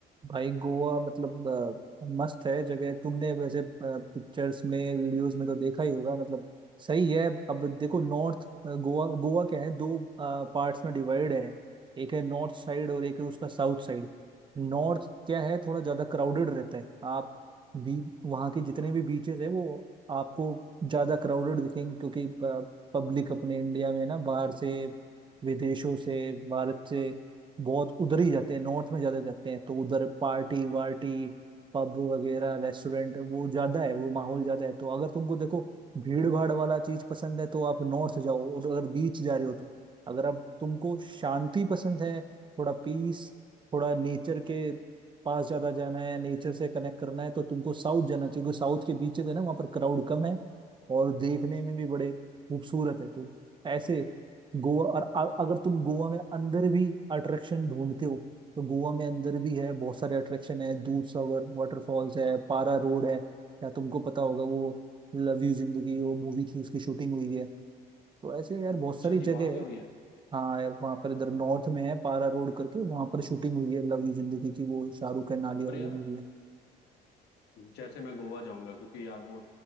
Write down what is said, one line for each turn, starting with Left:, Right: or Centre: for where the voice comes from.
Right: भाई गोवा मतलब अ, मस्त है जगह तुमने वैसे पिक्चर्स में वीडियोस में तो देखा ही होगा मतलब सही है अब देखो नॉर्थ गोवा गोवा क्या है दो पार्ट्स में डिवाइड है एक है नॉर्थ साइड और एक है उसका साउथ साइड नॉर्थ क्या है थोड़ा ज्यादा क्राउडेड रहता है आप भी वहाँ के जितने भी बीचेस है वो आपको ज्यादा क्राउडेड दिखेंगे क्योंकि पब्लिक अपने इंडिया में ना बाहर से विदेशों से भारत से बहुत उधर ही जाते हैं नॉर्थ में ज्यादा जाते हैं तो उधर पार्टी वार्टी पब वगैरह रेस्टोरेंट वो ज्यादा है वो माहौल ज्यादा है तो अगर तुमको देखो भीड़ भाड़ वाला चीज पसंद है तो आप नॉर्थ जाओ और अगर बीच जा रहे हो तो अगर आप तुमको शांति पसंद है थोड़ा पीस थोड़ा नेचर के पास ज्यादा जाना है नेचर से कनेक्ट करना है तो तुमको साउथ जाना चाहिए क्योंकि साउथ के बीचेस है ना वहाँ पर क्राउड कम है और देखने में भी बड़े खूबसूरत है तो ऐसे गोवा और अ- अगर तुम गोवा में अंदर भी अट्रैक्शन ढूंढते हो तो गोवा में अंदर भी है बहुत सारे अट्रैक्शन है दूध सागर वाटरफॉल्स है पारा रोड है या तुमको पता होगा वो लव यू जिंदगी वो मूवी थी उसकी शूटिंग हुई है तो ऐसे यार बहुत
Left: अच्छा
Right: सारी जगह
Left: जी वहां पे हुई
Right: है
Left: है
Right: हाँ यार, वहाँ पर इधर नॉर्थ में है पारा रोड करके वहाँ पर शूटिंग हुई है लव यू जिंदगी की वो शाहरुख है नालिया
Left: पर
Right: वाली
Left: यार
Right: मूवी है
Left: जैसे मैं गोवा जाऊंगा क्योंकि यार वो